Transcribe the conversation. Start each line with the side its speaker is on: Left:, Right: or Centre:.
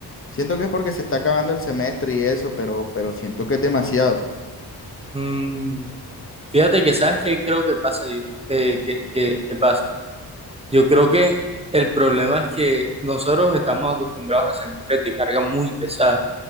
Left: Siento que es porque se está acabando el semestre y eso, pero, pero siento que es demasiado,
Right: Mm, fíjate que sabes qué creo que pasa yo, Eh, que, que, que pasa. Yo creo que el problema es que nosotros estamos acostumbrados a semestres de carga muy pesada